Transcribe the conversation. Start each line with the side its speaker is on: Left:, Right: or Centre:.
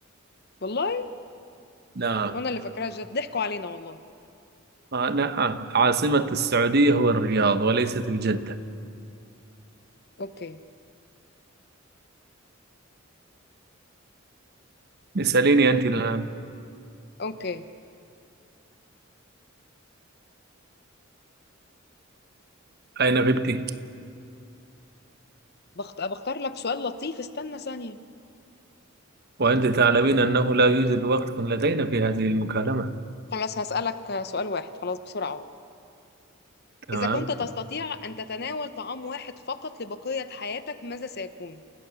Left: والله
Right: نعم
Left: وأنا اللي فاكراها جدة ضحكوا علينا والله
Right: آه نعم عاصمة السعودية هو الرياض وليست الجدة
Left: أوكي
Right: اسأليني أنت الآن
Left: أوكي
Right: أين غبت؟
Left: بخت... بختار لك سؤال لطيف استنى ثانية
Right: وأنت تعلمين أنه لا يوجد وقت لدينا في هذه المكالمة
Left: خلاص هسألك سؤال واحد خلاص بسرعة أهو
Right: تمام
Left: إذا كنت تستطيع أن تتناول طعام واحد فقط لبقية حياتك ماذا سيكون؟